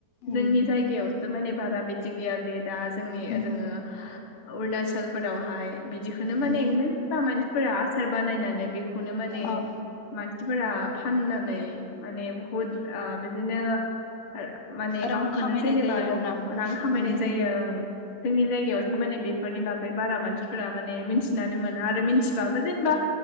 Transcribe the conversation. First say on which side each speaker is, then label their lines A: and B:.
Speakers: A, on the left; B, on the left.
A: उम
B: जोंनि जायगायाव सो माने बारा बिदि गैया दे दा जोंनि
A: उम
B: जोङो अरुणाचलफोरावहाय बिदिख खोनो माने
A: उम
B: मेरला मानसिफोरा आसार बानायनानै बेखौनो माने
A: औ
B: मानसिफोरा फाननानै माने बुहुद ओ बिदिनो ओ माने
A: रां
B: गावखौनो
A: खामायनाय
B: जेनेबा
A: जायो आरोना
B: न'खर रां खामायनाय
A: उम
B: जाय यो ओं जोंनि जायगायावसो माने बेफोरनि बागै बारा मानसिफोरा माने मिथिनानै मोना। आरो मिथिबाबो जेनेबा